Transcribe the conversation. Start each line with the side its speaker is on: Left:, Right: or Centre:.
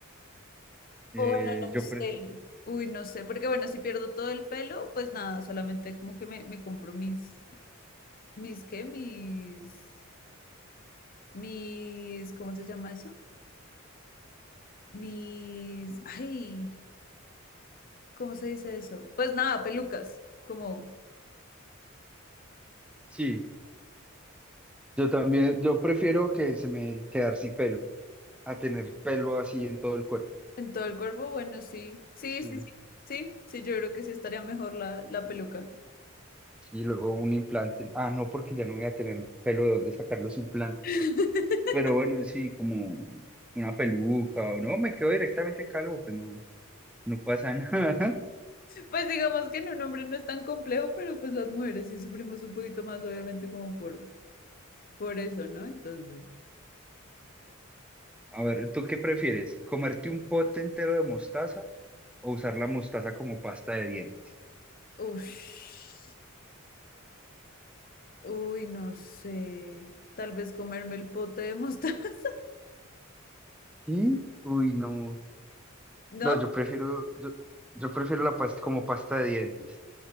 Centre: eh,
Left: O bueno, no
Centre: yo
Left: sé.
Centre: pre-
Left: Uy, no sé, porque bueno, si pierdo todo el pelo, pues nada, solamente como que me, me compro mis, mis, ¿qué? Mis, mis, ¿cómo se llama eso? Mis, ay. ¿Cómo se dice eso? Pues nada, pelucas, como
Centre: sí, yo también, yo prefiero que se me quedar sin pelo. a tener pelo así en todo el cuerpo.
Left: en todo el cuerpo, bueno, sí, sí,
Centre: Sí,
Left: sí, sí, sí, sí, yo creo que sí estaría mejor la, la peluca.
Centre: sí, luego un implante. Ah, no, porque ya no voy a tener pelo de dónde sacar los implantes.
Left: <laughs>
Centre: Pero bueno, sí, como una peluca o no, me quedo directamente calvo, pues no, no pasa nada. <laughs>
Left: Pues digamos que en un hombre no es tan complejo, pero pues las mujeres sí sufrimos un poquito más, obviamente, como por, por eso, ¿no? Entonces,
Centre: A ver, ¿tú qué prefieres? ¿Comerte un pote entero de mostaza o usar la mostaza como pasta de dientes?
Left: uff, uy, no sé, tal vez comerme el pote de mostaza, <laughs>
Centre: ¿Sí? Uy, no.
Left: ¿no?
Centre: No, yo prefiero, yo, yo prefiero la pasta como pasta de dientes.